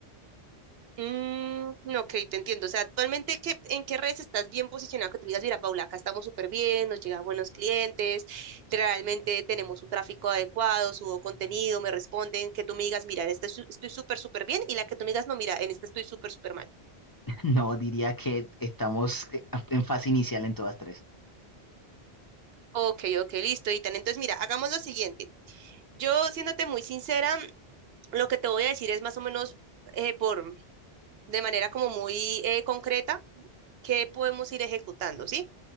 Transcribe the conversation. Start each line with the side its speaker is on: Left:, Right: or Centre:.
Right: Mm, ok, te entiendo. O sea, actualmente, ¿qué, en qué redes estás bien posicionado? Que tú digas, mira, Paula, acá estamos súper bien, nos llegan buenos clientes, realmente tenemos un tráfico adecuado, subo contenido, me responden, que tú me digas, mira, en esta su- estoy súper, súper bien, y la que tú me digas, no, mira, en esta estoy súper, súper mal.
Left: <laughs> No, diría que estamos eh, en fase inicial en todas tres.
Right: Ok, ok, listo, Itan. Entonces, mira, hagamos lo siguiente. Yo, siéndote muy sincera, lo que te voy a decir es más o menos eh, por, de manera como muy eh, concreta, qué podemos ir ejecutando, ¿sí?